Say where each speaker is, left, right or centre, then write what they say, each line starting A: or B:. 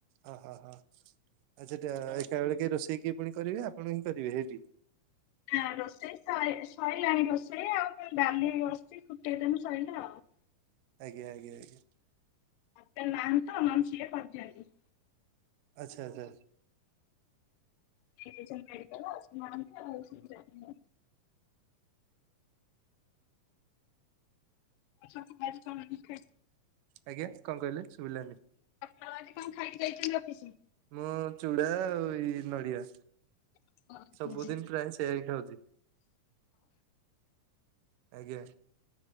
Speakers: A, on the right; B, on the left.
A: ଓହ ହ ଆ ସେଠେ ଏକା ବଳେ କେ ରୋଷେଇ କିଏ ପୁଣି କରିବେ ଆପଣ ହିଁ କରିବେ ହେଇଠି।
B: ନା ରୋଷେଇ ସଇ ସଇଲାଣି ରୋଷେଇ ଆଉ। ଡାଲି ହେଇ ବସିଛି ଫୁଟେଇ ଦେନେ ସଇଲା ଆଉ।
A: ଆଜ୍ଞା ଆଜ୍ଞା ଆଜ୍ଞା।
B: ଆଜତ ନାହାନ୍ତିତ ନହେନ ସିଏ କରିଦିଅନ୍ତି।
A: ଆଛା ଆଚ୍ଛା।
B: ସିଏ ଯାଇଛନ୍ତି ମେଡିକାଲ ଆସିନାଁହାନ୍ତି ଆଉ ସିଏ ବି ଆ ଖ କ ଖ <unintelligible>
A: ଆଜ୍ଞା କଣ କହିଲେ ଶୁଭିଲାନି?
B: ତ ଆଜି କଣ ଖାଇକି ଯାଇଛନ୍ତି ଅଫିସ।
A: ମୁଁ ଚୁଡ଼ା ଆଉ ଏଇ ନଡ଼ିଆ।
B: ଅଫିସ?
A: ସବୁଦିନ ପ୍ରାୟ ସେଇଆ ଖାଉଚି। ଆଜ୍ଞା।